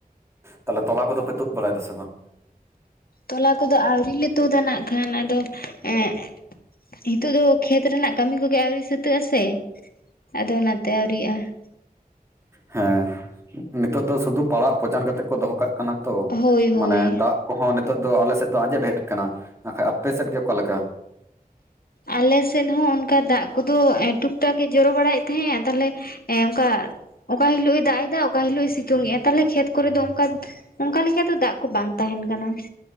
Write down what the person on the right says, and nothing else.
ᱛᱟᱞᱦᱮ ᱛᱚᱞᱟ ᱠᱚᱫᱚ ᱯᱮ ᱛᱩᱫ ᱵᱟᱲᱟᱭ ᱫᱟ ᱥᱮ ᱵᱟᱝ?
ᱦᱮᱸ, ᱱᱤᱛᱚᱜ ᱫᱚ ᱥᱩᱫᱷᱩ ᱯᱟᱲᱟᱜ ᱯᱚᱪᱟᱱ ᱠᱟᱛᱮᱫ ᱠᱚ ᱫᱚᱦᱚ ᱠᱟᱜ ᱠᱟᱱᱟ ᱛᱚ,
ᱢᱟᱱᱮ ᱫᱟᱜ ᱠᱚᱦᱚᱸ ᱱᱤᱛᱚᱜ ᱫᱚ ᱟᱞᱮᱥᱮᱫ ᱫᱚ ᱟᱸᱡᱮᱫ ᱦᱮᱡ ᱟᱠᱟᱱᱟ ᱾ ᱱᱟᱠᱷᱟᱡ ᱟᱯᱮᱥᱮᱫ ᱜᱮ ᱚᱠᱟᱮᱠᱟ?